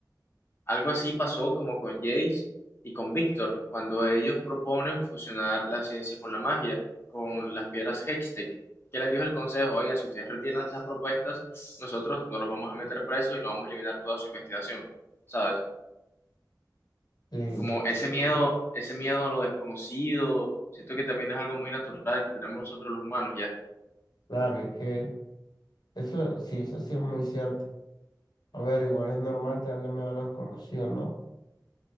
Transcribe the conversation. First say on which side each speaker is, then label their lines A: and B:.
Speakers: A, on the left; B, on the left.
A: Algo así pasó como con Jace y con Víctor, cuando ellos proponen fusionar la ciencia con la magia, con las piedras Hextech. ¿Qué les dijo el consejo? Oigan, si ustedes retiran esas propuestas, nosotros no los vamos a meter presos y no vamos a eliminar toda su investigación, ¿sabes?
B: sí,
A: Como ese miedo, ese miedo a lo desconocido, siento que también es algo muy natural que tenemos nosotros los humanos ya.
B: claro, es que eso sí, eso sí es muy cierto. A ver, igual es normal tenerle miedo a lo desconocido, ¿no?